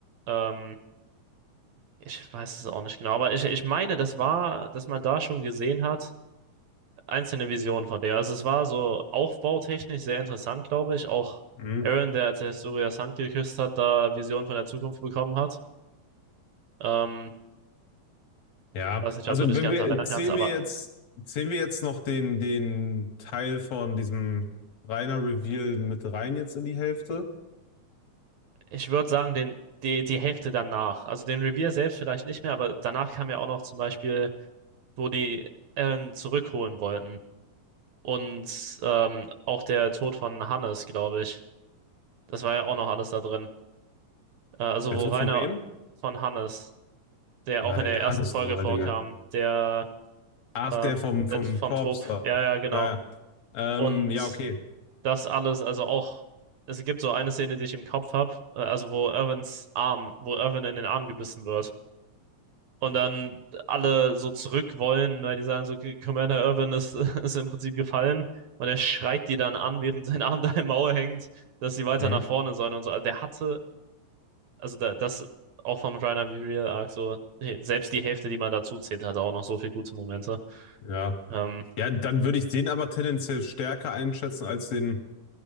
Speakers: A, on the right (about 70°); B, on the left (about 65°).
A: ähm, ich weiß es auch nicht genau, aber ich, ich meine, das war, dass man da schon gesehen hat, einzelne Visionen von dem. Also es war so aufbautechnisch sehr interessant, glaube ich. Auch
B: Mhm.
A: Aaron, der als er Historias Hand geküsst hat, da Visionen von der Zukunft bekommen hat. Ähm,
B: Ja,
A: ich weiß nicht,
B: also
A: ob du dich
B: wenn
A: ganz
B: wir,
A: erinnern
B: zählen
A: kannst, aber
B: wir jetzt, zählen wir jetzt noch den, den Teil von diesem Reiner Reveal mit rein jetzt in die Hälfte?
A: Ich würde sagen, den, die, die Hälfte danach. Also den Revier selbst vielleicht nicht mehr, aber danach kam ja auch noch zum Beispiel, wo die Eren zurückholen wollten. Und ähm, auch der Tod von Hannes, glaube ich. Das war ja auch noch alles da drin. Äh, also
B: Der
A: wo
B: Tod
A: Rainer
B: von wem?
A: von Hannes, der
B: Wer
A: auch
B: war
A: in
B: denn
A: der ersten
B: Hannes
A: Folge
B: nochmal,
A: vorkam,
B: Digga?
A: der,
B: Ach,
A: ähm,
B: der vom, vom
A: der vom
B: Korps
A: Trupp.
B: da.
A: Ja, ja, genau.
B: Ja, ähm,
A: Und
B: ja, okay.
A: das alles, also auch, es gibt so eine Szene, die ich im Kopf habe, äh, also wo Irvins Arm, wo Irvin in den Arm gebissen wird. Und dann alle so zurück wollen, weil die sagen so, "K- Commander Irwin ist, <laughs> ist im Prinzip gefallen. Und er schreit die dann an, während sein Arm <laughs> da im Maul hängt, dass sie weiter
B: Hm,
A: nach vorne sollen und so. Also der hatte, also da, das auch vom Reiner Real Arc so, hey, selbst die Hälfte, die man dazu zählt, hatte auch noch so viele gute Momente.
B: ja.
A: Ähm,
B: Ja, dann würde ich den aber tendenziell stärker einschätzen als den